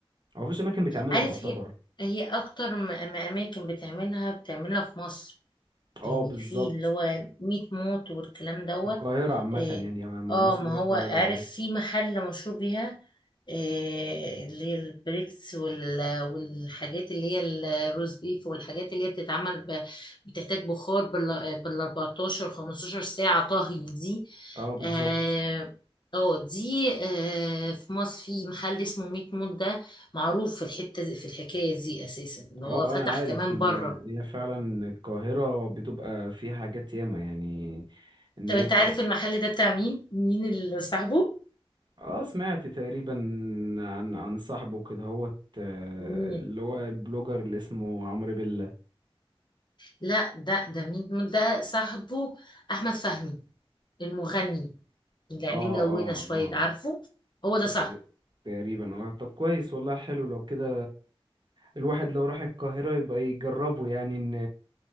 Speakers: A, on the right; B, on the left.
A: أو مفيش أماكن بتعملها
B: عارف
A: تعتبر
B: هي هي اكتر م- م- اماكن بتعملها بتعملها في مصر
A: اه
B: يعني
A: بالظبط
B: في اللي هو ميت موت والكلام دوت
A: في القاهرة عامة
B: اه
A: يعني م- م-
B: آه،
A: مصر
B: ما
A: اللي هي
B: هو
A: القاهرة
B: عارف
A: اه
B: في محل مشهور بيها آه، اللي هي البريكس وال- والحاجات اللي هي الروز بيف والحاجات اللي هي بتتعمل ب- بتحتاج بخار بال 14 15 ساعة طهي دي
A: اه بالظبط
B: اه آه، دي آه، في مصر في محل اسمه ميت موت ده معروف في الحتة دي في الحكاية دي أساسا اللي
A: اه
B: هو فتح
A: أنا عارف
B: كمان
A: إن
B: بره
A: هي هي فعلا القاهرة بتبقى فيها حاجات ياما يعني إن
B: طب
A: هي
B: انت
A: الق...
B: عارف المحل ده بتاع مين مين اللي صاحبه
A: اه سمعت تقريبا عن عن صاحبه كده هوت آه،
B: مين
A: اللي هو البلوجر اللي اسمه عمرو بيلا
B: لا ده ده مين ده صاحبه احمد فهمي المغني اللي عينيه
A: اه اه
B: ملونه شويه
A: اه
B: ده عارفه هو ده
A: تقري-
B: صاحبه
A: تقريبا اه طب كويس والله حلو لو كده الواحد لو راح القاهرة يبقى يجربه يعني ان